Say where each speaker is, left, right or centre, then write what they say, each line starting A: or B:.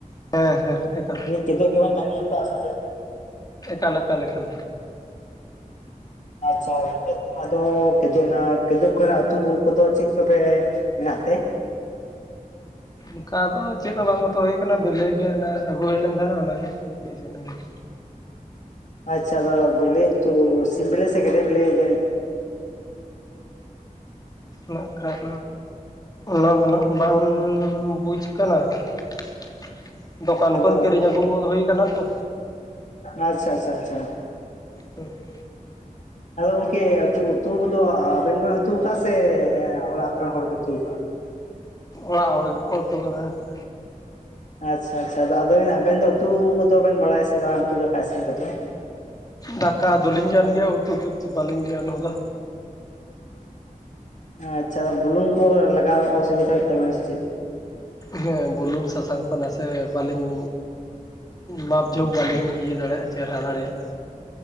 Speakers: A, on the left; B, on the left.
A: ᱦᱮᱸ ᱦᱮᱸ, ᱮᱠᱟᱞ
B: ᱞᱮᱭᱤᱧ ᱠᱮᱫᱳᱜ ᱜᱮᱵᱮᱱ ᱛᱟᱺᱜᱤᱣ ᱠᱟᱜᱼᱟ ᱥᱮ ᱪᱮᱫ?
A: ᱮᱠᱟᱞ ᱮᱠᱟᱞ ᱮᱠᱟᱞ᱾
B: ᱟᱪᱪᱷᱟ ᱜᱚᱝᱠᱮ ᱟᱫᱚ ᱠᱮᱫᱳᱜ ᱠᱮᱫᱳᱜ ᱠᱚᱨᱮᱱᱟᱜ ᱟᱛᱩ ᱠᱚᱫᱚ ᱪᱮᱜ ᱠᱚᱯᱮ? ᱢᱮᱱᱟᱜ ᱛᱮ
A: ᱚᱝᱠᱟ ᱫᱚ ᱪᱮᱫ ᱦᱚᱸ ᱵᱟᱝ ᱩᱛᱩ ᱦᱩᱭ ᱠᱟᱱᱟ ᱵᱮᱞᱮ ᱜᱮ ᱚᱱᱮ ᱟᱹᱜᱩ ᱦᱩᱭ ᱞᱮᱱ ᱛᱟᱦᱮᱱᱟ ᱚᱱᱟᱜᱮ ᱤᱥᱤᱱ ᱦᱩᱭ ᱠᱟᱱᱟ᱾
B: ᱟᱪᱪᱷᱟ ᱟᱫᱚ ᱵᱮᱞᱮ ᱩᱛᱩ ᱥᱤᱢ ᱵᱮᱞᱮ ᱥᱮ ᱜᱮᱰᱮ ᱵᱮᱞᱮ ᱵᱮᱱ
A: ᱱᱟᱜ ᱠᱷᱟᱱ ᱚᱱᱟ ᱫᱚ ᱱᱟᱜ ᱵᱟᱝ ᱵᱩᱡᱽ ᱠᱟᱱᱟ ᱾ ᱫᱚᱠᱟᱱ
B: ᱟᱫᱚ
A: ᱠᱷᱚᱱ ᱠᱤᱨᱤᱧ ᱟᱹᱜᱩ ᱦᱩᱭ ᱠᱟᱱᱟ ᱛᱚ᱾
B: ᱟᱪᱪᱷᱟ ᱟᱪᱪᱷᱟ ᱟᱪᱪᱷᱟ,
A: ᱦᱩᱸ᱾
B: ᱟᱫᱚ ᱜᱚᱝᱠᱮ ᱩᱛᱩ ᱩᱛᱩ ᱠᱚᱫᱚ ᱟᱵᱮᱱ ᱜᱮᱵᱮᱱ ᱩᱛᱩ ᱠᱟᱜᱼᱟ, ᱥᱮ ᱚᱲᱟᱜ ᱠᱚᱨᱮᱱ ᱦᱚᱲ ᱠᱚ ᱩᱛᱩ ᱠᱟᱜᱼᱟ?
A: ᱚᱲᱟᱜ ᱦᱚᱲ ᱜᱮᱠᱚ ᱩᱛᱩ ᱠᱟᱲᱟᱣ ᱠᱟᱫᱟ᱾
B: ᱟᱪᱪᱷᱟ ᱟᱪᱪᱷᱟ, ᱟᱫᱚ ᱟᱵᱮ ᱟᱵᱮᱱ ᱫᱚ ᱩᱛᱩ ᱠᱚᱫᱚ ᱵᱮᱱ ᱵᱟᱲᱟᱭᱟ ᱥᱮ ᱵᱟᱝ ᱩᱛᱩ ᱫᱟᱠᱟ ᱤᱥᱤᱱ ᱠᱚᱫᱚ?
A: ᱫᱟᱠᱟ ᱫᱚᱞᱤᱧ ᱜᱟᱱ ᱜᱮᱭᱟ ᱩᱛᱩ ᱫᱚ ᱵᱟᱞᱤᱧ ᱜᱟᱱ ᱦᱚᱫᱟ᱾
B: ᱟᱪᱪᱷᱟ ᱟᱫᱚ ᱵᱩᱞᱩᱝ ᱠᱚ ᱞᱟᱜᱟᱣ ᱚᱥᱩᱵᱤᱫᱷᱟ ᱦᱩᱭᱩᱜ ᱛᱟᱵᱮᱱᱟ ᱥᱮ ᱪᱮᱫ?
A: ᱦᱮᱸ ᱵᱩᱞᱩᱝ ᱥᱟᱥᱟᱝ ᱠᱚ ᱱᱟᱥᱮ ᱵᱟᱹᱞᱤᱧ ᱢᱟᱞ ᱡᱷᱳᱠ ᱵᱟᱹᱞᱤᱧ ᱤᱭᱟᱹ ᱫᱟᱲᱮᱭᱟᱜᱼᱟ ᱪᱮᱦᱨᱟ ᱫᱟᱲᱮᱭᱟᱜᱼᱟ᱾